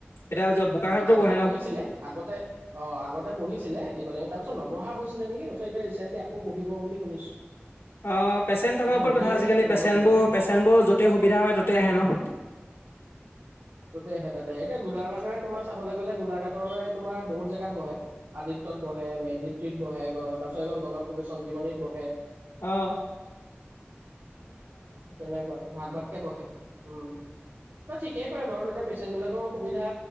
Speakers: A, on the left (about 80°); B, on the right (about 80°).
A: এতিয়া য- বোকাখাততো
B: উম আগতে
A: বহে ন?
B: বহিছিলে, আগতে অ আগত তে বহিছিলে দীপাৱলীত, তাৰ পিছত নবহা হেছিলে নেকি, তাৰপিছত এতিয়া ৰিচেণ্টল আকৌ বহিব বুলি শুনিছো।
A: অঁ পেচেণ্ট থকাৰ
B: নে
A: উপৰত
B: বহি
A: কথা।
B: আছে
A: আজিকালি
B: এনেকুৱা
A: পেচেণ্টবোৰ
B: কিবা
A: পেচেণ্টবোৰ য'তেই সুবিধা হয় ত'তেই আহে ন।
B: ততে আহে তাতে আহে। এতিয়া গোলাঘাটৰে তোমাৰ চাবলৈ গ'লে গোলাঘাটৰে তোমাৰ বহুত জেগাত বহে। আদিত্যত বহে, মেদিত্ৰীত বহে, গ তাৰপিছত এখন গণ প্ৰশ চঞ্জীৱনীত বহে।
A: অঁ।
B: তেনেকুৱা ভাগ ভাগকে বহে, উম। তে থি কে কৰে বাৰু তেতিয়া পেচেণ্ট বিলাকৰ সুবিধা